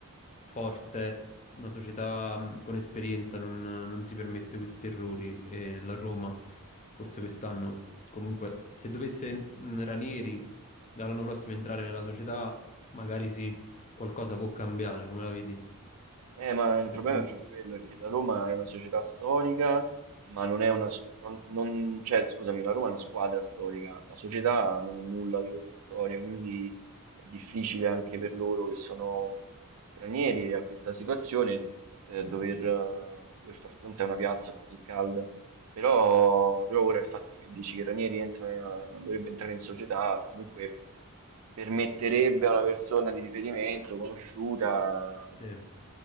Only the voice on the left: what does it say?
forte, una società mh, con esperienza non, non si permette questi errori e la Roma, forse quest'anno, comunque, se dovesse mh, Ranieri dall'anno prossimo entrare nella società, magari sì, qualcosa può cambiare, come la vedi?
Perché
lui
è